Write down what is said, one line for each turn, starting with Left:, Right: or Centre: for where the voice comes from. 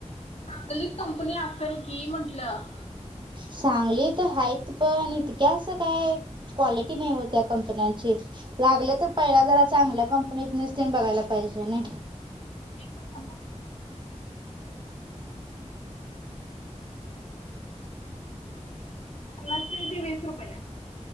Left: चांगली कंपनी असेल की म्हंटलं.
Right: सांगलीत हाईत पण इतक्या असं काय, क्वालि क्वालिटी नाही ओ त्या कंपन्यांची. लागलं तर पहिला जरा चांगल्या कंपनीतनीच बघायला पाहिजे नई.
Left: एक मिनिटं थांब ह. <unintelligible> वीस रुपयेला